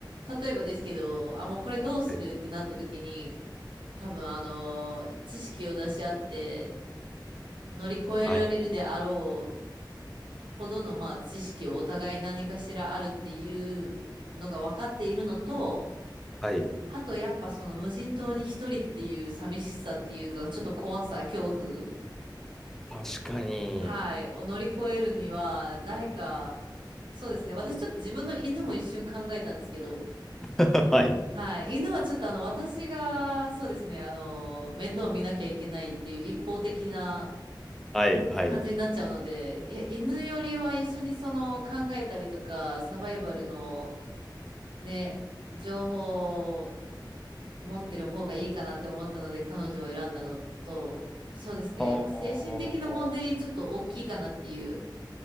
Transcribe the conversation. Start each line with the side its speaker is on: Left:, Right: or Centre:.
Right: う。例えばですけど、あ、もうこれどうするってなった時に、
Centre: はい。
Right: 多分あの、知識を出し合って乗り越えられるであろう
Centre: はい。
Right: ほどの、まあ、知識をお互い何かしらあるっていうのが分かっているのと、
Centre: はい。
Right: あとやっぱその無人島に一人っていう寂しさっていうか、ちょっと怖さ、恐怖、
Centre: 確かに。
Right: はい、を乗り越えるには、誰か、そうですね、私ちょっと自分の犬も一瞬考えたんですけど、
Centre: <laughs> はい。
Right: はい、犬はちょっとあの、私が、そうですね、あの、面倒見なきゃいけないっていう一方的な
Centre: はい。はい。
Right: 感じになっちゃうので、いや、犬よりは一緒にその考えたりとか、サバイバルのね、情報持ってる方がいいかなって思ったので彼女を選んだのと、そうですね。
Centre: はあ。
Right: やっぱ精神的な問題ちょっと大きいかなっていう。